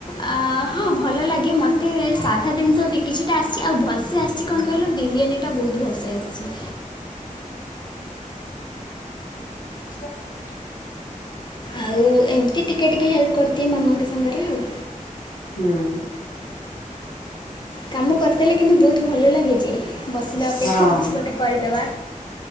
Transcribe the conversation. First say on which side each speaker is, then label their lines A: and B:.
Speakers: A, on the left; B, on the left.
A: ଅ ହଁ ଭଲ ଲାଗେ ମତେ ସାଧା ଜିନିଷ କିଛିଟା ଆସିଛି ଆଉ ଭଲସେ ଆସିଛି କଣ କଇ ଲେ ବିରିୟାନୀ ଟା ବହୁତ ଭସେ ଆସିଛି।
B: <inaudible>
A: ଆଉ ଏମତି ଟିକେ ଟିକେ ହେଲ୍ପ କରିଦିଏ ମାମାଙ୍କ ସାଙ୍ଗରେ ଆଉ।
B: ହୁଁ।
A: କାମ କରିଦେଲେ କିନ୍ତୁ ବହୁତ ଭଲ ଲାଗେ। ଯେ, ବସିବା ଅପେକ୍ଷା
B: ହଁ।
A: କିଛି ଗୋଟେ କରିଦେବା